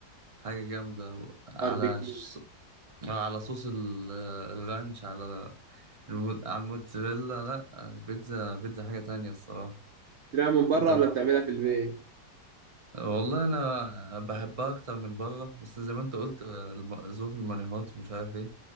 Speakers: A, on the right (about 25°); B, on the right (about 65°).
A: حاجة جامدة على
B: باربيكيو
A: ش... على صوص ال- الرانش على الم... على الموتزاريلا لا البيتزا بيتزا حاجة تانية الصراحة
B: بتشتريها من بره
A: انت بت-
B: ولا بتعملها في البيت؟
A: والله انا بحبها اكتر من بره بس زي ما انت قلت الم- ظروف المانيهات ومش عارف ايه